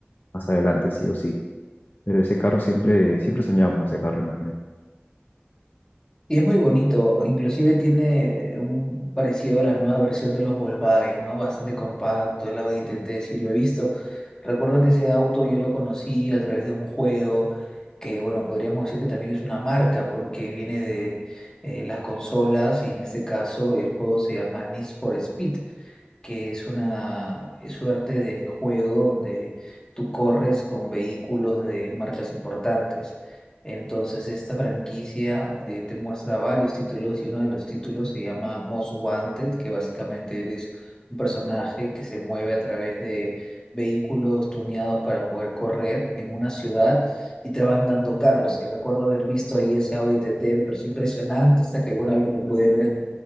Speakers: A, on the left; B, on the left.
A: más adelante, sí o sí. Pero ese carro siempre, siempre soñaba con ese carro, imagínate.
B: Y es muy bonito, inclusive tiene un parecido a la nueva versión de los Volkswagen, ¿no? Bastante compacto, el Audi TT, sí lo he visto. Recuerdo que ese auto yo lo conocí a través de un juego que, bueno, podríamos decir que también es una marca porque viene de eh, las consolas y en este caso el juego se llama Need for Speed que es una suerte de juego donde tú corres con vehículos de marcas importantes. Entonces, esta franquicia eh, te muestra varios títulos y uno de los títulos se llama Most Wanted, que básicamente eres un personaje que se mueve a través de vehículos tuneados para poder correr en una ciudad y te van dando carros. Y recuerdo haber visto ahí ese Audi TT, me pareció impresionante hasta que alguna vez me pude ver